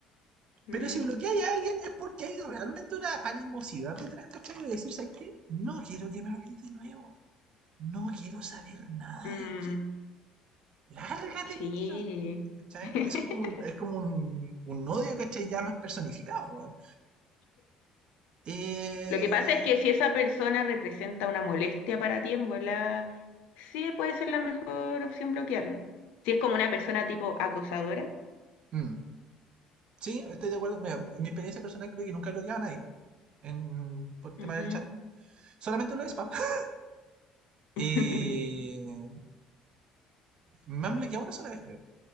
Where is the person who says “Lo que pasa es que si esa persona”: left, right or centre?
Left